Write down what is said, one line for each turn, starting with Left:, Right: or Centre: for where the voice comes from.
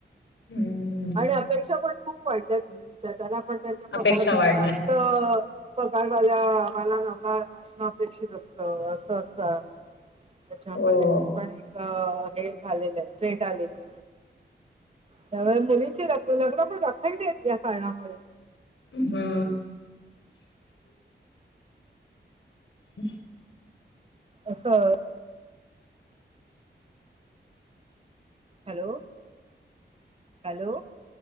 Left: हम्म
Right: आणि अपेक्षा पण खूप वाढल्या ज त्यांना पण त्यांच्या
Left: अपेक्षा
Right: पगारापेक्षा
Left: वाढल्या.
Right: जास्त तर बघार माला मला मा अपेक्षित असत अस अस त्याच्यामुळे
Left: हो.
Right: पण एक झालं आहे टेट आलेली त्या मुलींची ल लग्न पण रखं देत या कारणामुळे
Left: हा ह
Right: असं हॅलो हॅलो